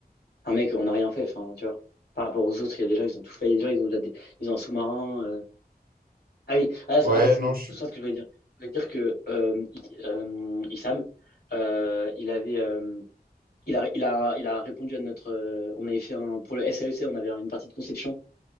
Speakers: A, on the left (about 75°); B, on the right (about 65°).
A: un mec, on n'a rien fait, enfin, tu vois. Par rapport aux autres, il y a des gens, ils ont tout fait. Il y a des gens, ils ont déjà des, ils ont un sous-marin. euh, Ah oui, ah, c'est
B: Ouais,
A: ah, c'est
B: non,
A: bon,
B: je suis.
A: je sens ce que je voulais dire. Je voulais dire que euh, I- euh, Issam, euh, il avait, euh, il a, il a, il a répondu à notre. euh, on avait fait un pour le SAEC, on avait une partie de conception